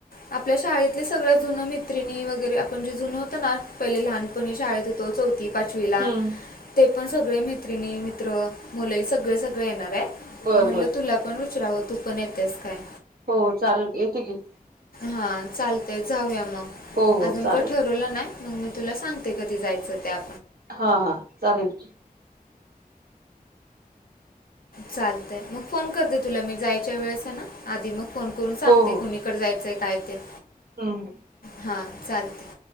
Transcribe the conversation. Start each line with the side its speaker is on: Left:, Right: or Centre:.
Left: आपल्या शाळेतले सगळ्या जुन मैत्रिणी वगैरे आपण जे जुन होत ना पहिले लहानपणी शाळेत होेतो चौथी. पाचवीला.
Right: हम्म
Left: ते पण सगळे मैत्रिणी मित्र मुले सगळे सगळे येणार आहेत.
Right: बर
Left: म्हटलं
Right: बर
Left: तुला पण विचराव. तू पण येतेस काय?
Right: हो चालल की येते की.
Left: हा चालतय जाऊया मग
Right: हो हो
Left: अजून
Right: चालेल
Left: को ठरवलं नाही. मग मी तुला सांगते कधी जायचं त्या
Right: हा हा चालेल
Left: चालतय मग फोन करते तुला मी जायच्या वेळेस आहे ना, आधी मग फोन करून सांगते,
Right: हो हो
Left: कुणीकडे जायचंय काय. ते
Right: हम्म
Left: हां चालते